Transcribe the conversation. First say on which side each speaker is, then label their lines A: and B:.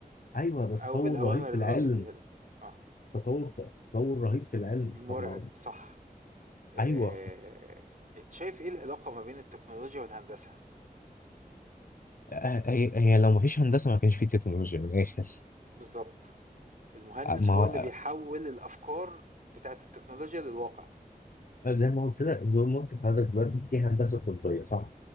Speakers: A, on the left (about 65°); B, on the right (about 60°).
A: ايوه بس
B: او
A: تطور
B: بالاوامر
A: رهيب في
B: اللي
A: العلم
B: هو بيديها له اه
A: تطور تطور رهيب في العلم
B: مرعب
A: طب ما
B: صح آه،
A: ايوه
B: شايف ايه العلاقة ما بين التكنولوجيا والهندسة
A: آه، هي هي لو ما فيش هندسة ما كانش في تكنولوجيا من الاخر
B: بالظبط المهندس
A: آه، ما
B: هو
A: هو-
B: اللي بيحول الافكار بتاعت التكنولوجيا للواقع
A: آه، زي ما قلت لك زي ما قلت لحضرتك دلوقتي في هندسة طبية صح